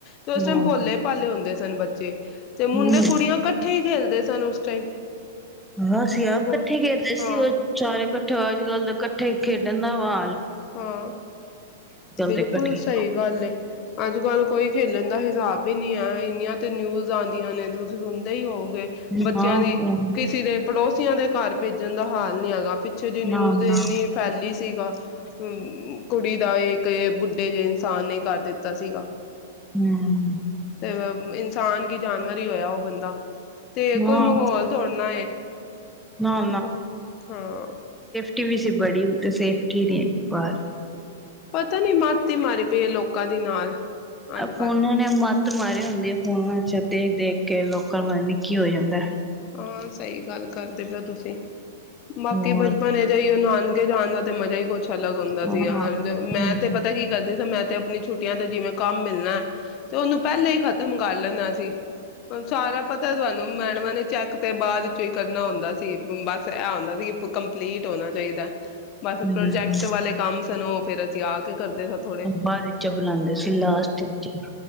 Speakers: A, on the left; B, in the centre.
A: ਤੇ ਉਸ
B: ਬਹੁਤ
A: ਟਾਈਮ ਭੋਲੇ ਭਾਲੇ ਹੁੰਦੇ ਸਨ, ਬੱਚੇ
B: ਹਮ
A: ਤੇ ਮੁੰਡੇ ਕੁੜੀਆਂ ਇਕੱਠੇ ਹੀ ਖੇਲਦੇ ਸਨ, ਉਸ ਟਾਈਮ
B: ਹਾਂ ਅਸੀ ਆਪ
A: ਕੋ
B: ਇਕੱਠੇ ਕਰਦੇ
A: ਹਾਂ
B: ਸੀ, ਉਹ ਚਾਰੇ ਇਕੱਠੇ ਅੱਜ ਕੱਲ ਤਾਂ ਇਕੱਠੇ ਖੇਡਣ ਦਾ ਆਵਾ
A: ਹਾਂ ਬਿਲਕੁਲ
B: ਤੇ ਇਕੱਠੀਆਂ
A: ਸਹੀ ਗੱਲ ਅੱਜ ਕੱਲ ਕੋਈ ਖੇਲਣ, ਦਾ ਹਿਸਾਬ ਹੀ ਨਹੀਂ ਹੈ, ਇੰਨੀਆਂ ਤੇ ਨਿਊਜ਼ ਆਦੀਆਂ ਨੇ ਤੁਸੀਂ ਸੁਣਦੇ ਹੀ ਹੋਗੇ।
B: ਨਾ
A: ਬੱਚਿਆਂ ਦੀ ਕਿਸੀ ਦੇ ਪੜੋਸ ਕੀਆਂ ਦੇ ਘਰ ਭੇਜਣ ਦਾ ਹਾਲ ਨੀ ਹੈਗਾ। ਪਿੱਛੇ ਜੀ ਨਿਊਜ਼
B: ਨਾ ਨਾ
A: ਇੰਨੀ ਫੈਲੀ ਸੀਗਾ ਹਮ, ਕੁੜੀ ਦਾ ਇੱਕ ਬੁੱਢੇ ਜਿਹੇ ਇਨਸਾਨ ਨੇ ਕਰ ਦਿੱਤਾ ਸੀਗਾ।
B: ਹਮ
A: ਅਸਾਂ ਬ ਇ ਇਨਸਾਨ ਕਿ ਜਾਨਵਰ ਹੀ ਹੋਇਆ ਉਹ ਬੰਦਾ ਤੇ
B: ਹਾਂ
A: ਕੋਈ ਮਾਹੌਲ ਥੋੜ ਨਾ
B: ਨਾ
A: ਬਈ ਹਾਂ।
B: ਟੀ ਵੀ ਸਿ ਬੜੀ ਤੇ ਸੇਫਟੀ ਨੀਂ ਹੈਗੀ ਪਰ
A: ਪਤਾ ਨੀ ਮਤ ਈ ਮਾਰੀ ਪਈ ਐ ਲੋਕਾਂ ਦੀ ਦੀ ਨਾਲ। ਅੱਜ
B: ਏ
A: ਕੱਲ੍ਹ।
B: ਫੋਨੋਂ ਨੇ ਮੱਤ ਮਾਰੀ ਹੁੰਦੀ ਐ ਫੋਨਾਂ ਚ ਦੇਖ-ਦੇਖ ਕੇ ਲੋਕਾਂ ਪਤਾ ਨੀਂ ਕੀ ਹੋ ਜਾਂਦਾ।
A: ਹਾਂ, ਸਹੀ ਗੱਲ ਕਰਦੇ ਪਓ ਤੁਸੀਂ। ਬਾਕੀ
B: ਹੋਰ
A: ਬਚਪਨ ਇਹ ਜਿਹੀ ਉਹ ਨਾਨ ਅਗੇ ਜਾਣ ਦਾ ਤੇ ਮਜ਼ਾ ਈ ਕੁੱਛ ਅੱਛਾ ਅਲੱਗ ਹੁੰਦਾ ਸੀਗਾ
B: ਹਾਂ
A: ਮੈਂ
B: ਹਮ
A: ਤੇ ਪਤਾ ਕੀ ਕਰਦੀ ਸੀ ਮੈਂ ਤੇ ਆਪਣੀ ਛੁੱਟੀਆਂ ਤੇ ਜਿਵੇਂ ਕੰਮ ਮਿਲਣਾ ਤੇ ਉਹਨੂੰ ਪਹਿਲੇ ਹੀ ਖ਼ਤਮ ਕਰ ਲੈਂਦਾ ਸੀ। ਸਾਰਾ ਪਤਾ ਤੁਹਾਨੂੰ ਮੈਡਮਾਂ ਨੇ ਚੈੱਕ ਤੇ ਬਾਅਦ ਵਿਚੋਂ ਈ ਕਰਨਾ ਹੁੰਦਾ ਸੀ। ਬਸ ਇਹ ਔਂਦਾ ਸੀ ਕਿ ਕੰ ਕੰਪਲੀਟ ਹੋਣਾ ਚਾਹੀਦਾ। ਬਸ
B: ਹਮ,
A: ਪ੍ਰੋਜੈਕਟ ਵਾਲੇ ਕੰਮ ਸਨੋ ਫਿਰਰਸੀ ਆ ਕੇ ਕਰਦੇ ਸ ਥੋੜੇ
B: ਬਾਦ ਇੱਚ ਬਣਾਉਂਦੇ ਸੀ ਲਾਸਟ ਇੱਚ